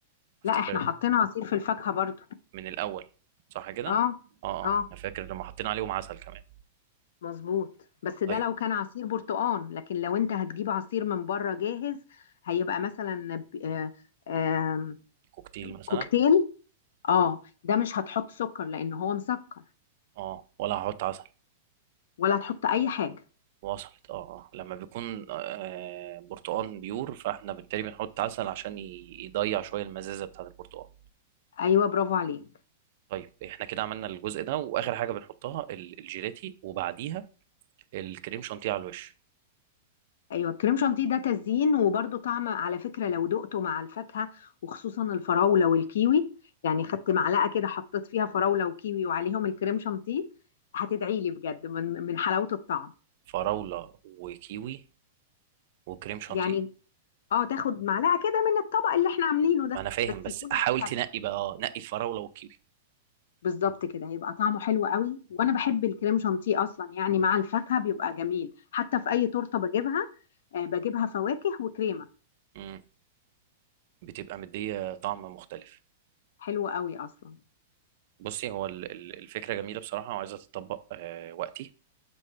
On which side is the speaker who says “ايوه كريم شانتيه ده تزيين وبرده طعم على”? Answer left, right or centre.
Left